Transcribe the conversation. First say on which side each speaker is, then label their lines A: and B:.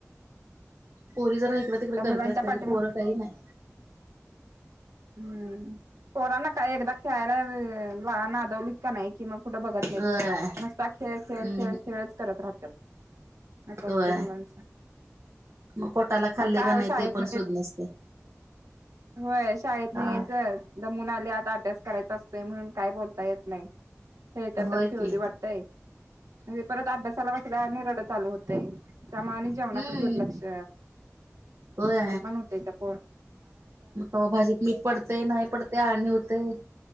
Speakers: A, on the right; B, on the right.
A: पोरी जरा इकडं, तिकडे
B: त्या
A: करतेत
B: मुलांच्या
A: तरी
B: पाठीमा
A: पोरं काही नाही.
B: हम्म पोरांना काय एकदा खेळायला आ नादवलीत का नाही कि मग पुढ बघत नाहीत
A: होय
B: नुसता खेळ, खेळ,
A: हम्म
B: खेळ, खेळच करत राहतात अस असते
A: होय
B: मुलांच.
A: मग पोटाला खाल्ले
B: काय
A: का नाही
B: शाळेत
A: ते पण सुध नसते.
B: होय शाळेत नाही
A: हा
B: यायचं दमून आले आता अभ्यास करायचा असतोय म्हणून काय बोलता येत नाही. खेळतात
A: होय
B: तर खेळुदे
A: की
B: वाटतय म्ह परत अभ्यास परवा तिला निरळ चालू होतंय त्या माने जेवणाकडे
A: हम्म
B: दुर्लक्ष
A: होय
B: असं पण होतय त्या पो
A: मग भाजीत मीठ पडतेय, नाही पडतेय आळणी होतय